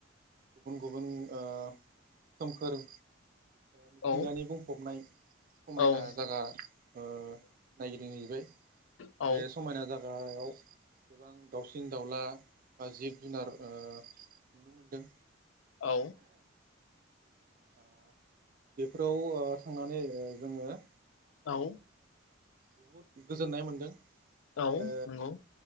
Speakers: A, on the right; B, on the left.
A: गुबुन गुबुन ओ सोमखोर मिथिंगानि
B: औ
A: बुं फबनाय समायना
B: औ
A: जायगा ओ नायगिदिंहैबाय
B: औ
A: बे समायना जागा <unintelligible> गोबां दाउसिन दाउला बा जिब जुनार ओ नुनो मोनदों
B: औ
A: ओ बेफोराव थांनानै जोंङो
B: औ
A: बहुद गोजोननाय मोनदों
B: औ
A: आरो
B: नंगौ